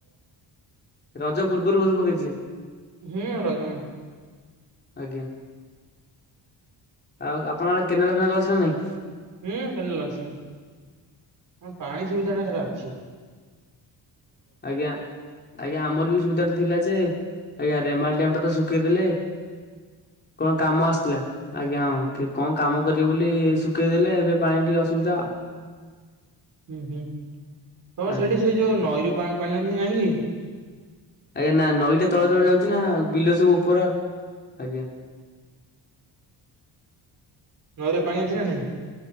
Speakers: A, on the left (about 25°); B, on the right (about 45°).
A: ରଜ ପୂର୍ବରୁ ବୋଧେ ପକେଇଥିଲେ।
B: ହୁଁ ରଜ
A: ଆଜ୍ଞା। ଆଉ ଆପଣଙ୍କ ଆଡେ କେନାଲ ଫେନାଲ ଅଛି ନା ନାଇଁ?
B: ହୁଁ କେନାେଲ ଅଛି ହଁ ପାଣି ସୁବିଧା ଟା ସେଟା ଅଛି।
A: ଆଜ୍ଞା ଆଜ୍ଞା ଆମରବି ସୁବିଧାଟା ଥିଲା ଯେ ଆଜ୍ଞା ରେମାଲ୍ ଡ଼୍ୟାମ୍ ଟା ତ ଶୁଖେଇ ଦେଲେ। କଣ କାମ ଆସିଥିଲା ଆଜ୍ଞା ହଁ କି କଁ କାମ କରିବେ ବୋଲି ଶୁଖେଇ ଦେଲେ ଏବେ ପାଣି ଟିକେ ଅସୁବିଧା।
B: ହୁଁ ହୁଁ ତମର
A: ଆଜ୍ଞା।
B: ସେଇଠି ସେ ଯୋଉ ନଈରୁ ପାଣି ପାଣି ଆଣିକି
A: ଆଜ୍ଞା ନା ନଈଟା ତଳେ ତଳେ ଯାଉଚିନା ଆଉ ବିଲ ସବୁ ଉପର ଆଜ୍ଞା।
B: ନଈରେ ପାଣି ଅଛି ନା ନାଇଁ?